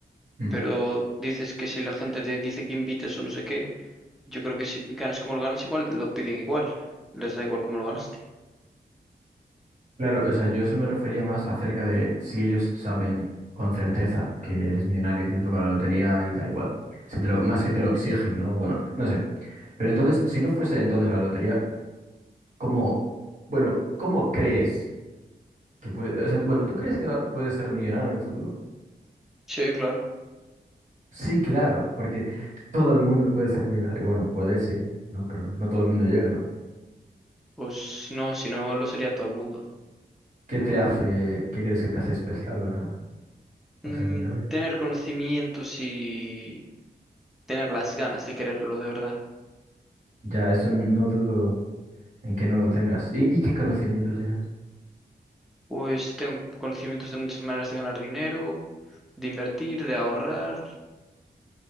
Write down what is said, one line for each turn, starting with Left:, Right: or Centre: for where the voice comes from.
Right: Hmm.
Centre: Pero dices que si la gente te dice que invites o no sé qué, yo creo que si ganas como lo ganas igual, lo piden igual. Les da igual cómo lo ganaste.
Right: Claro, o sea, yo eso me refería más acerca de si ellos saben con certeza que eres millonario y que te toca la lotería y tal igual. Si te lo, más que te lo exigen, ¿no? Bueno, no sé. Pero entonces, si no fuese entonces la lotería, ¿cómo, bueno, cómo crees que puede, o sea, bueno, ¿tú crees que va- puedes ser millonario en un futuro?
Centre: Sí, claro.
Right: Sí, claro, porque todo el mundo puede ser millonario. Bueno, puede sí, ¿no? Pero no todo el mundo llega, ¿no?
Centre: Pues no, si no lo sería todo el mundo.
Right: ¿Qué te hace, qué crees que te hace especial para,
Centre: Mm,
Right: para ser millonario?
Centre: tener conocimientos y tener las ganas de quererlo de verdad.
Right: Ya, eso no dudo. en que no lo tengas y, y qué conocimientos tienes.
Centre: Pues tengo conocimientos de muchas maneras de ganar dinero, de invertir, de ahorrar